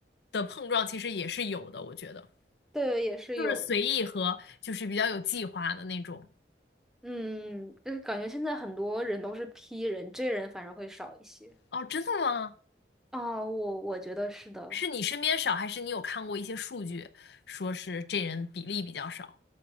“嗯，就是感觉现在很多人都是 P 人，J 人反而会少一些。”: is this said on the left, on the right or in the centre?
Centre